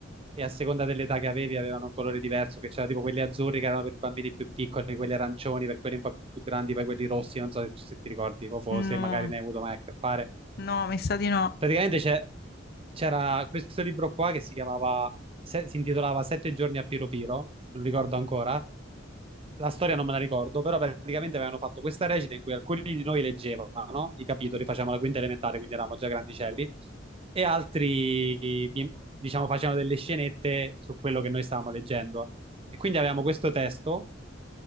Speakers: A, on the right; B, on the left.
A: e a seconda dell'età che avevi avevano un colore diverso, che c'erano tipo quelli azzurri che erano per i bambini più piccoli, quelli arancioni per quelli un po' più grandi, poi quelli rossi, non so se ti ricordi o fo-
B: No,
A: se magari ne hai avuto mai a che fare.
B: no, mi sa di no.
A: Praticamente c'è- c'era questo libro qua che si chiamava, se- si intitolava Sette giorni a Piro Piro, non ricordo ancora, la storia non me la ricordo, però praticamente avevano fatto questa recita in cui alcuni di noi leggevano i capitoli, facevamo la quinta elementare, quindi eravamo già grandicelli, e altri, bim- diciamo, facevano delle scenette su quello che noi stavamo leggendo. E quindi avevamo questo testo